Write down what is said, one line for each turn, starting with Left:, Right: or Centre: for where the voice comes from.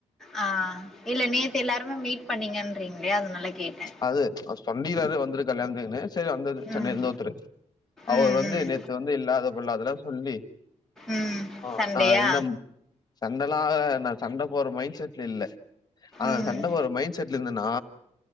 Centre: ஆ இல்ல நேத்து எல்லாருமே மீட் பண்ணீங்கன்றீங்களே அதனால கேட்டே
Left: அது சொல்லிறாறு வந்துரு கல்யாணத்துக்குன்னு <unintelligible> வந்தது சென்னைல
Centre: ம்.
Left: இருந்து ஒருத்துரு அவர்
Centre: ம்.
Left: வந்து
Centre: ம்.
Left: நேத்து வந்து இல்லாத பொள்ளாதெல்லா சொல்லி
Centre: ம்
Left: ஆ
Centre: சண்டையா
Left: நா இந்த சண்டலா ஆகாது நா சண்ட போட்ற மைண்ட் செட்ல இல்ல ஆனா
Centre: ம்.
Left: சண்ட போட்ற மைண்ட் செட்ல இருந்தனா